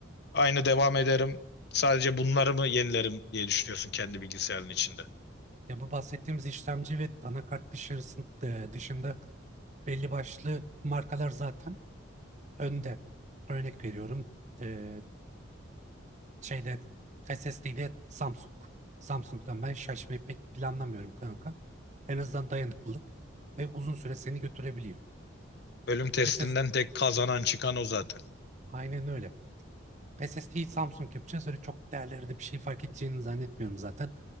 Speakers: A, on the left; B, on the right.
A: Aynı devam ederim. Sadece bunları mı yenilerim diye düşünüyorsun kendi bilgisayarın içinde.
B: ya bu bahsettiğimiz işlemci ve anakart dışarısın, e, dışında belli başlı markalar zaten önde. Örnek veriyorum e, şeyde SSD'de Samsung. Samsung'dan ben şaşmayı pek planlamıyorum kanka. En azından dayanıklı ve uzun süre seni götürebiliyor.
A: Bölüm testinden
B: SS
A: tek kazanan çıkan o zaten.
B: aynen öyle. SSD'yi Samsung yapacağız. Öyle çok değerlerde bir şey fark edeceğini zannetmiyorum zaten.